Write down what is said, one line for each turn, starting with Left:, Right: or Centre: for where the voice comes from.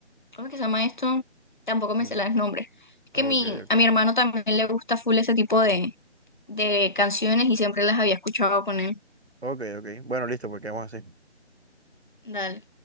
Left: ¿cómo es que se llama esto? Tampoco me
Right: Mm,
Left: sé los nombres. Es
Right: Ok,
Left: que mi,
Right: ok.
Left: a mi hermano también le gusta full ese tipo de, de canciones y siempre las había escuchado poner.
Right: Ok, ok. Bueno, listo, pues quedamos así.
Left: Dale.